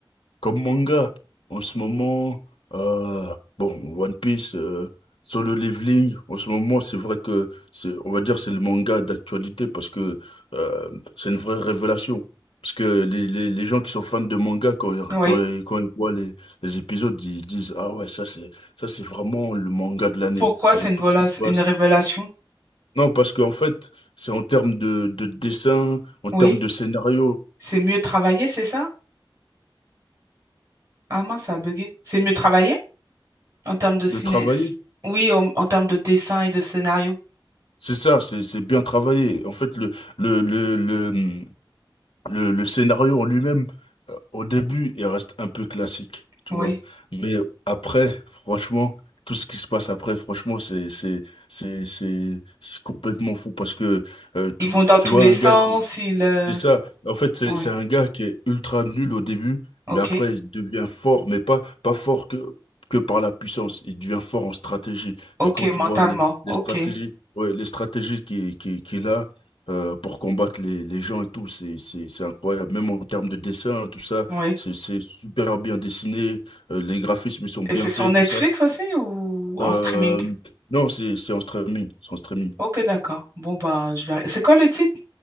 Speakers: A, on the left; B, on the right.
A: Comme manga, en ce moment, euh, bon, One Piece, euh, Solo Leveling, en ce moment, c'est vrai que c'est, on va dire, c'est le manga d'actualité parce que euh, c'est une vraie révélation. Parce que les, les, les gens qui sont fans de manga, quand, ils-
B: Oui.
A: quand, ils- quand ils voient les, les épisodes, ils disent, ah ouais, ça c'est, ça c'est vraiment le manga de l'année,
B: Pourquoi c'est
A: avec
B: une, vola-
A: tout ce qui se passe.
B: une révélation?
A: Non, parce qu'en fait, c'est en termes de, de dessin, en
B: Oui.
A: termes de scénario,
B: C'est mieux travaillé, c'est ça? Ah mince, ça a bugué. C'est mieux travaillé en termes de ciné.
A: de travail.
B: Oui, en, en termes de dessin et de scénario.
A: C'est ça, c'est c'est bien travaillé. En fait, le le le le hum, le, le scénario en lui-même, euh, au début, il reste un peu classique, tu
B: Oui.
A: vois. Mais Mhm. après, franchement, tout ce qui se passe après, franchement, c'est c'est c'est c'est c'est complètement fou parce que euh,
B: Ils
A: tu
B: vont dans tous
A: tu vois
B: les
A: un
B: sens,
A: gars
B: ils... euh,
A: c'est ça. En fait, c'est
B: Oui.
A: c'est un gars qui est ultra nul au début,
B: OK.
A: mais après, il devient fort, mais pas, pas fort que, que par la puissance. Il devient fort en stratégie.
B: OK,
A: Et quand tu
B: mentalement.
A: vois les,
B: OK.
A: les stratégies, ouais, les stratégies qu'il qui, qu'il a euh, pour combattre les, les gens et tout, c'est, c'est, c'est incroyable. Même en termes de dessin, tout ça,
B: Oui.
A: c'est, c'est super bien dessiné. Euh, les graphismes, ils sont bien
B: Et c'est
A: faits,
B: sur Netflix
A: tout ça.
B: aussi ou en
A: Euh,
B: streaming?
A: non, c'est, c'est en streaming. C'est en streaming.
B: OK, d'accord. Bon, bah, je vais... C'est quoi le titre?